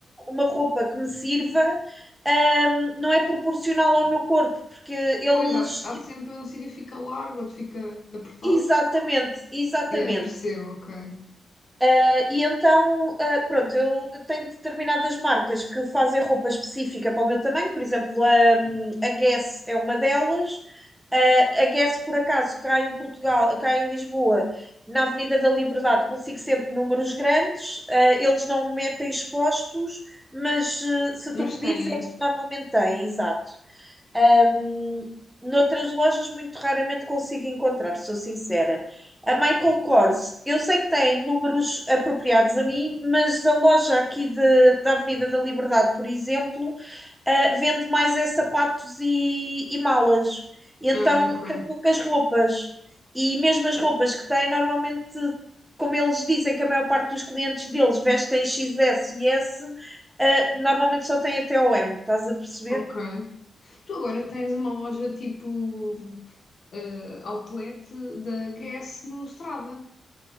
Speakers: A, in the centre; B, on the left (about 55°).
A: uma roupa que me sirva, ahm, não é proporcional ao meu corpo, porque eles,
B: Pois, há, há
A: tipo,
B: de sempre um sítio que fica largo, outro fica apertado.
A: exatamente, exatamente.
B: E aí percebo, ok.
A: Uh, e então, uh, pronto, eu tenho determinadas marcas que fazem roupa específica para o meu tamanho, por exemplo, a, a Guess é uma delas. Uh, a Guess, por acaso, cá em Portugal, cá em Lisboa, na Avenida da Liberdade, consigo sempre números grandes. Uh, eles não metem expostos, mas uh, se tu
B: Mas
A: pedires,
B: têm.
A: eles normalmente têm, exato. Ahm, noutras lojas muito raramente consigo encontrar, sou sincera. A Michael Kors, eu sei que tem números apropriados a mim, mas a loja aqui de- da Avenida da Liberdade, por exemplo, ah, vende mais é sapatos e, e malas. E então
B: Ah, ok.
A: tem poucas roupas. E mesmo as roupas que tem, normalmente, como eles dizem que a maior parte dos clientes deles vestem XS e S, ah, normalmente só tem até o M, estás a perceber?
B: Ok. Tu agora tens uma loja tipo eh, outlet da Guess no Strada.